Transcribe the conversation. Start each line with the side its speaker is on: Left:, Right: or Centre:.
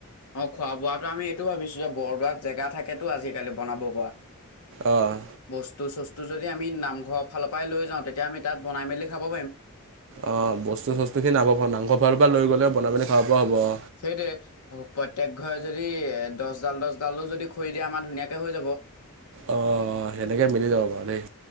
Left: অ' খোৱা বোৱাতো আমি এইটো ভাবিছো যে বৰদোৱাত জেগা থাকেতো আজিকালি বনাব পৰা।
Right: অ',
Left: বস- বস্তু চস্তু যদি আমি নামঘৰৰ ফালৰ পৰাই লৈ যাওঁ তেতিয়া আমি তাত বনাই মেলি খাব পাৰিম
Right: অ' বস্তু চস্তুখিনি আ' নামঘৰৰ ফালৰ পৰা লৈ গলে বনাই পিনে খাব পৰা হ'ব।
Left: সেইটোয়ে, প্ৰত্যক ঘৰে যদি এ দহ' ডাল-দহ' ডালো যদি খৰি দিয়ে আমাৰ ধুনীয়াকে হৈ যাব। <unintelligible>
Right: অ', সেনেকে মিলি যাব বাৰু দেই